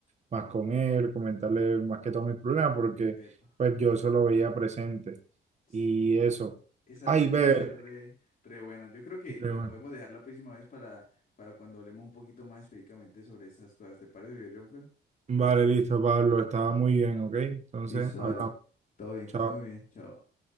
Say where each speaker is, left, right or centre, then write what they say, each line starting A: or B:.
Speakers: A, on the right (about 35°); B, on the left (about 45°).
A: más con Él, comentarle más que todos mis problemas, porque
B: Epa.
A: pues yo eso lo veía presente.
B: Sí,
A: Y eso.
B: esas
A: Ay,
B: metas
A: ve.
B: están re, re buenas. Yo creo que
A: Pero
B: la
A: bueno.
B: podemos dejar la próxima vez para, para cuando hablemos un poquito más específicamente sobre esas cosas. ¿Te parece, viejo Jonfer?
A: Vale, listo, Pablo, estaba muy bien, ¿ok? Entonces,
B: Listo, dale.
A: hablamos.
B: Todo bien, que
A: Chao.
B: esté muy bien. Chao.